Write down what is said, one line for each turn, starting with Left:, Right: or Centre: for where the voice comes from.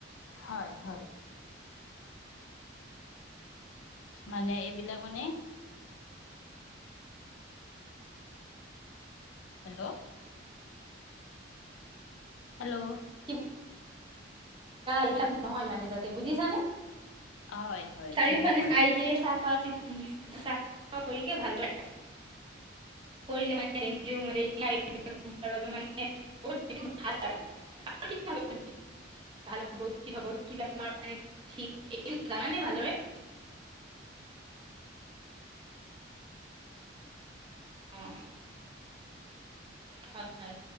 Left: হয় হয় মানে এইবিলাক মানে হেল্ল' হেল্ল'
Right: চাৰিও- এইবিলাক নহয় মানে যাতে বুজিছানে
Left: হয় হয়
Right: চাৰিওফানে
Left: ঠিকে ক'লা
Right: চাই কে চাফা চ চফ চফা কৰিকে ভালদৰে কৰিলে মানে <unintelligible> ভাল আৰু <inaudible> ভাল হ'ব উচিত হ'ব কি বেমাৰ মান ঠিক এই জানানে ভালদৰে অ হয় হয়